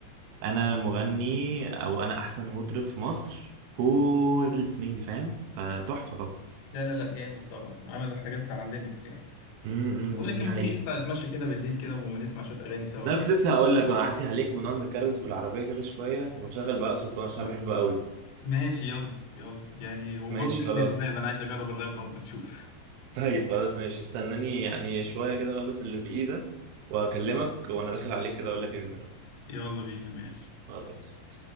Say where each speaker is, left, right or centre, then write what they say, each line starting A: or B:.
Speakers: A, on the right; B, on the left.
A: انا مغني او انا احسن مطرب في مصر كل السنين دي فاهم فتحفه طبعا
B: لا لا لا جامد طبعا عمل حاجات اتعلمت يعني
A: امم
B: بقول لك
A: دي
B: لما تيجي
A: حقيقة
B: نطلع نتمشى كده بالليل كده ونسمع شويه اغاني سوا
A: لا
B: يعني.
A: كنت لسه هقول لك اعدي عليك ونقعد نكروز بالعربيه كده شويه ونشغل بقى سلطان عشان بحبه قوي
B: ماشي يلا يلا يعني وجون
A: ماشي
B: رجلي
A: خلاص
B: الراب انا عايز اجرب الراب برضه نشوف
A: طيب خلاص ماشي استناني يعني شوية كده اخلص اللي في ايدك وهكلمك وانا داخل عليك كده اقول لك انزل
B: يلا بينا ماشي
A: خلاص